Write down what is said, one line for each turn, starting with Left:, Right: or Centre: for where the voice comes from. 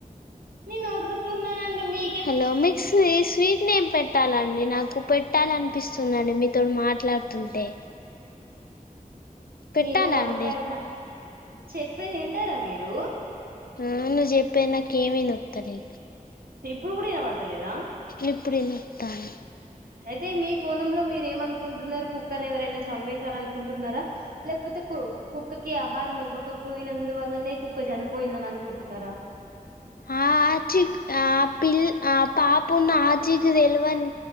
Right: నేను ఒర్రుతున్నానండి మీ
Left: హలో మిక్స్ వీ స్వీ నేను పెట్టాలండి నాకు పెట్టాలన్పిస్తుందండి మీతోడు మాట్లాడుతుంటే పెట్టాలా
Right: నేను మాట్లాడినా
Left: అండి
Right: చెప్పేది వింటారా మీరు
Left: ఊ నువ్వు చెప్పేది నాకేం వినొత్తలే
Right: ఇప్పుడు కూడా ఇనపడతలేదా
Left: ఇప్పుడు ఇనొత్తాంది
Right: అయితే మీ కోణంలో మీరు ఏమనుకుంటున్నారు కుక్కని ఎవరైనా చంపేశారనుకుంటున్నారా లేపోతే కు కుక్కకి ఆహారం ఇవ్వకపోయినందువల్లనే కుక్క చనిపోయిందని అనుకుంటున్నారా
Left: ఆ చిక్ ఆ పిల్ ఆ పాపున్ ఆచికు తెలవన్